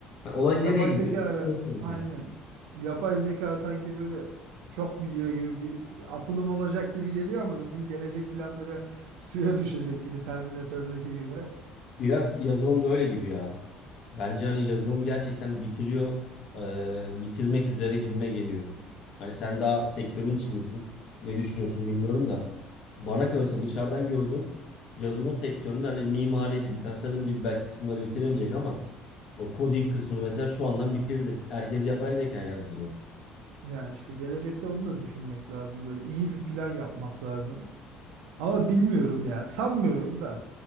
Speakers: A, on the left; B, on the right.
A: Yani olay
B: Yapay
A: nereye gidiyor?
B: zeka ara-
A: Network'e.
B: aynen. Yapay zeka sanki böyle çok biliyor gibi bir, bir atılım olacak gibi geliyor ama bizim gelecek planları <laughs> suya düşecek gibi Terminator'daki gibi.
A: Biraz yazılım da öyle gibi ya. Bence hani yazılımı gerçekten bitiriyor, e, bitirmek üzere gibime geliyor. Hani sen daha sektörün içindesin. Ne düşünüyorsun bilmiyorum da. Bana kalırsa dışarıdan gördüğüm yazılım sektöründe hani mimari gibi, tasarım gibi belki kısımları bitiremeyecek ama o coding kısmını mesela şu andan bitirdi. Herkes yapay zeka yazdırıyor.
B: Yani işte gelecekte onu da düşünmek lazım. Böyle iyi bir plan yapmak lazım. Ama bilmiyorum ya. Sanmıyorum da.